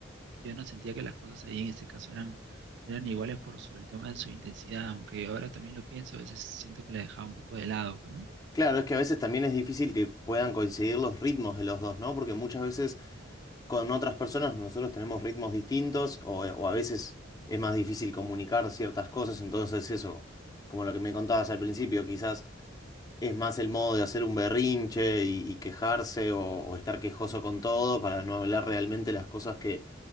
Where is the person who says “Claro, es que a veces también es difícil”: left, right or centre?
Left